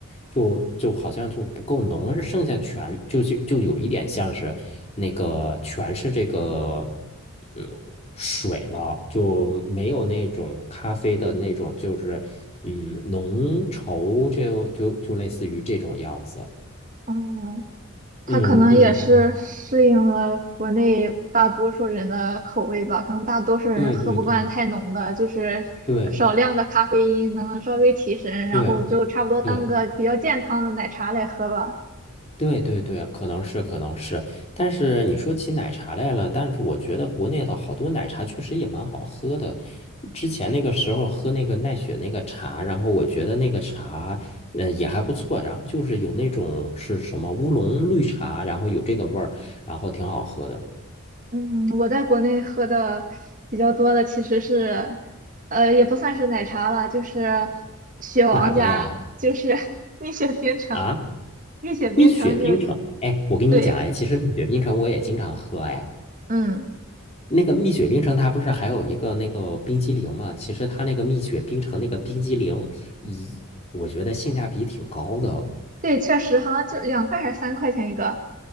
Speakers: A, on the left; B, on the right.
A: 就就好像就不够浓，而剩下全就就就有一点像是那个全是这个嗯水了，就没有那种咖啡的那种就是嗯浓稠，就就就类似于这种样子。
B: 嗯，它可能也是适应了国内大多数人的口味吧，
A: 嗯嗯嗯，
B: 可能大多数人喝不惯太浓的，
A: 对对对
B: 就是少量的咖啡因能稍微提神，
A: 对
B: 然后就差不多当个比较健康的奶茶来喝吧。
A: 对。对对对对，可能是可能是，但是你说起奶茶来了，但是我觉得国内的好多奶茶确实也蛮好喝的。之前那个时候喝那个奈雪那个茶，然后我觉得那个茶，呃，也还不错。然后就是有那种是什么乌龙绿茶，然后有这个味儿，然后挺好喝的。
B: 嗯，我在国内喝的比较多的其实是，呃，也不算是奶茶了，就是雪王家，
A: 哪个呀？
B: 就是 <laughs> 蜜雪冰城，
A: 啊，
B: 蜜雪冰城你有听？
A: 蜜雪冰城。哎，我跟你讲，
B: 对，
A: 哎，其实蜜雪冰城我也经常喝，哎。
B: 嗯，
A: 那个蜜雪冰城，它不是还有一个那个冰激凌嘛？其实它那个蜜雪冰城那个冰激凌，以我觉得性价比挺高的哦。
B: 对，确实好像就两块还是三块钱一个。